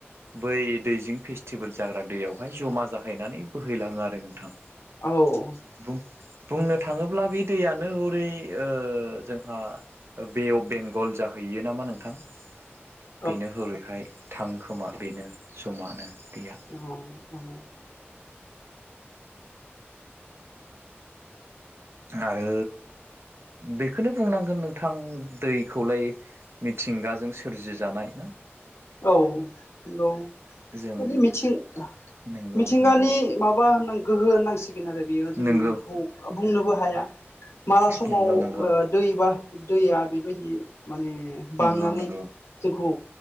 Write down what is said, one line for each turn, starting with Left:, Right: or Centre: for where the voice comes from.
Right: बै दैजिं फेस्टिभेल जाग्रा दैयावहाय जमा जाहैनानै बोहैलाङो आरो नोंथां।
Left: औ
Right: बुं बुंनो थाङोब्ला बे दैयानो हरै ओ जोंहा बे अफ बेंगल जाहैयो नामा नोंथां -
Left: <inaudible>
Right: बेनो हरैहाय थाङो खोमा बेनो जमानो दैया।
Left: अ औ
Right: आरो बेखौनो बुंनांगोन नोंथां दैखौलाय मिथिंगाजों सोरजि जानाय
Left: औ नंगौ
Right: जों
Left: फोरनि मिथिं
Right: नंगौ
Left: मिथिंगानि
Right: नंगौ
Left: माबा होननां गोहो होननां सि फैगोन आरो बियो जोंङो
Right: नंगौ
Left: बुंनोबो हाया माला समाव
Right: नंगौ नंगौ
Left: दैबा दैया बेबायदि माने बांनानै
Right: नंगौ नंगौ
Left: जोंखौ